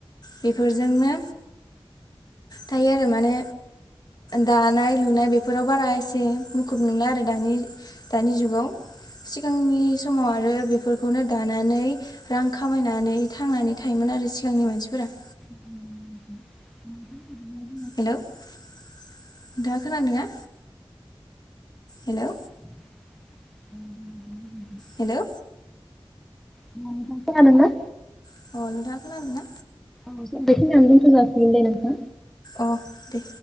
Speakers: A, on the left; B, in the centre.
A: बेफोरजोंनो थायो आरो माने दानाय लुनाय बेफोराव बारा एसे मुखुब नंला आरो दानि दानि जुगाव सिगांनि समाव आरो बेफोरखौनो दानानै रां खामायनानै थांनानै थायोमोन आरो सिगांनि मानसिफोरा
B: <inaudible>
A: हेलौ नोंथाङा खोनादों ना हेलौ
B: <inaudible>
A: हेलौ
B: <unintelligible> खोनादों ना?
A: अ नोंथाङा खोनादों ना
B: औ बेखिनियावनो‌ दोनथजासिगोनदे नोंथां
A: अ दे